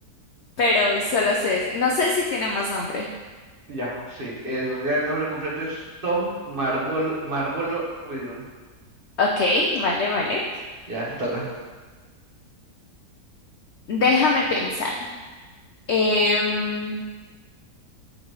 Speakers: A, on the left; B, on the right.
A: pero solo sé ese. No sé si tiene más nombre.
B: ya, sí. En realidad el nombre completo es Tom Marvolo, Marvolo Riddle.
A: Ok, vale, vale.
B: Ya, te toca.
A: Déjame pensar. Em,